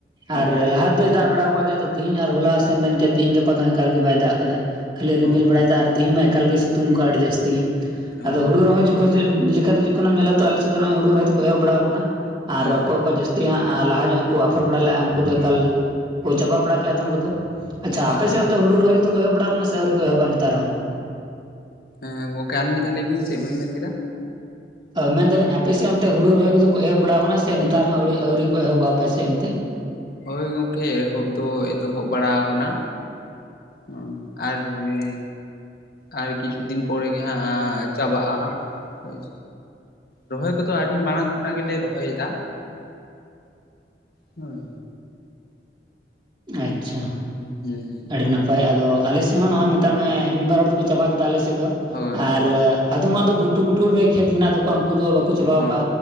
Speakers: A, on the left; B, on the right.
A: ᱦᱳᱭ
B: ᱟᱨ ᱞᱟᱦᱟ ᱫᱚᱭ ᱫᱟᱜ ᱵᱟᱲᱟ ᱟᱠᱟᱣᱜ ᱜᱮᱭᱟ ᱟᱫᱚ ᱛᱮᱦᱮᱧ ᱟᱨ ᱦᱚᱞᱟ ᱥᱮ ᱢᱮᱱ ᱠᱮᱛ ᱛᱮᱦᱮᱧ ᱜᱟᱯᱟ ᱫᱚ ᱮᱠᱟᱞ ᱜᱮ ᱵᱟᱭ ᱫᱟᱜ ᱠᱟᱫᱟ, ᱠᱷᱟᱹᱞᱤ
A: ᱦᱳᱭ
B: ᱨᱤᱢᱤᱞ ᱵᱟᱲᱟᱭᱮᱫᱟ ᱟᱨ ᱛᱮᱦᱤᱧ ᱢᱟ ᱮᱠᱟᱞᱜ ᱜᱮ ᱥᱤᱛᱩᱝ ᱠᱟᱜᱼᱟᱭ ᱟᱹᱰᱤ ᱡᱟᱹᱥᱛᱤ ᱜᱮ,
A: ᱦᱳᱭ
B: ᱟᱫᱚ ᱦᱩᱲᱩ ᱨᱚᱦᱚᱭ ᱡᱚᱠᱷᱚᱡ ᱠᱷᱛᱮ ᱡᱚᱠᱷᱚᱱ ᱮᱢ ᱧᱮᱞᱟ ᱛᱚ ᱟᱞᱮᱥᱮᱫ ᱫᱚ ᱱᱚᱜᱼᱚᱭ ᱦᱩᱲᱩ ᱨᱚᱦᱚᱭ ᱠᱚ ᱮᱦᱚᱵ ᱵᱟᱲᱟᱣ ᱟᱠᱟᱱᱟ, ᱟᱨ
A: ᱦᱳᱭ ᱦᱳᱭ
B: ᱚᱠᱚᱭ ᱠᱚ ᱡᱟᱹᱥ ᱛᱤ ᱦᱟᱸᱜ ᱞᱟᱦᱟ ᱧᱚᱜ ᱟᱯᱷᱚᱨ ᱵᱟᱲᱟ ᱞᱮᱫᱼᱟ ᱩᱱᱠᱩ ᱫᱚ ᱮᱠᱟᱞ ᱠᱚ ᱪᱟᱵᱟ ᱵᱟᱲᱟ ᱠᱮᱫᱼᱟ ᱟᱫᱚᱢ ᱠᱚᱫᱚ᱾ ᱟᱪᱪᱷᱟ
A: ᱦᱳᱭ
B: ᱟᱯᱮ ᱥᱮᱱ ᱫᱚ ᱦᱩᱲᱩ ᱨᱚᱦᱚᱭ ᱠᱚ ᱮᱦᱚᱵ ᱵᱟᱲᱟ ᱟᱠᱟᱱᱟ ᱥᱮ ᱟᱹᱣᱨᱤ ᱠᱚ ᱮᱦᱚᱵᱟ ᱱᱮᱛᱟᱨ ᱦᱚᱸ?
A: ᱮᱸ ᱜᱚᱝᱠᱮ ᱟᱨ ᱢᱤᱫ ᱫᱷᱟ ᱞᱟᱹᱭ ᱵᱤᱱ ᱪᱮᱫ ᱵᱤᱱ ᱢᱮᱱ ᱠᱮᱫᱟ᱾
B: ᱚ ᱢᱮᱱ ᱮᱫᱟᱞᱤᱧ ᱟᱯᱮᱥᱮᱫ ᱚᱱᱛᱮ ᱦᱩᱲᱩ ᱨᱚᱦᱚᱭ ᱠᱚᱫᱚ ᱠᱚ ᱮᱦᱚᱵ ᱵᱟᱲᱟᱣ ᱠᱟᱱᱟᱣ ᱥᱮ ᱱᱮᱛᱟᱨ ᱦᱚᱸ ᱟᱹᱣᱲᱤ ᱟᱹᱣᱨᱤ ᱠᱚ ᱮᱦᱚᱵ-ᱟ ᱟᱯᱮ ᱥᱮᱫ ᱚᱱᱛᱮ?
A: ᱦᱳᱭ ᱜᱚᱢᱠᱮ ᱮᱦᱚᱵ ᱫᱚ ᱮᱛᱚᱦᱚᱵ ᱵᱟᱲᱟᱣ ᱠᱟᱱᱟ ᱦᱩᱸ ᱟᱨ ᱮ ᱟᱨ ᱠᱤᱪᱷᱩ ᱫᱤᱱ ᱯᱚᱨᱮ ᱜᱮ ᱦᱟᱸᱜ ᱪᱟᱵᱟᱜᱼᱟ ᱦᱟᱸᱜ᱾ ᱦᱳᱭ᱾ ᱨᱚᱦᱚᱭ ᱠᱚᱫᱚ ᱟᱹᱰᱤ ᱢᱟᱲᱟᱝ ᱠᱷᱚᱱᱟᱜ ᱜᱮᱞᱮ ᱨᱚᱦᱚᱭᱮᱫᱟ, ᱦᱩᱸ
B: ᱟᱪᱪᱷᱟ᱾
A: ᱦᱮᱸ
B: ᱟᱹᱰᱤ ᱱᱟᱯᱟᱭ ᱟᱫᱚ ᱟᱞᱮ ᱥᱮᱫ ᱦᱚᱸ ᱱᱚᱜ-ᱚᱭ ᱢᱮᱛᱟᱜ ᱢᱮ ᱢᱤᱫ ᱵᱟᱨ ᱦᱚᱲ ᱫᱚᱠᱚ ᱪᱟᱵᱟ ᱠᱮᱫᱟ ᱟᱞᱮ ᱥᱮᱫ ᱫᱚ
A: ᱦᱳᱭ
B: ᱟᱨ ᱟᱫᱚᱢᱼᱟ ᱫᱚ ᱜᱷᱩᱴᱩ ᱜᱷᱩᱴᱩ ᱨᱮ ᱠᱷᱮᱛ ᱢᱮᱱᱟᱜ ᱛᱟᱠᱚᱣᱟ ᱩᱱᱠᱩ ᱫᱚ ᱵᱟᱠᱚ ᱪᱟᱵᱟ
A: ᱦᱳᱭ
B: ᱟᱠᱫᱼᱟ